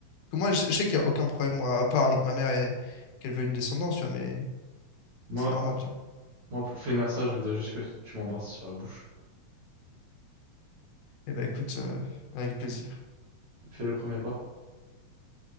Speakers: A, on the left; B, on the right.
A: Que moi, je, je sais qu'il n'y a aucun problème, moi, à part avec ma mère et qu'elle veut une descendance, tu vois, mais
B: Moi,
A: c'est normal, tu vois.
B: moi, pour finir ça, je voudrais juste que tu m'embrasses sur la bouche.
A: Eh ben, écoute, euh, avec plaisir.
B: Fais le premier pas.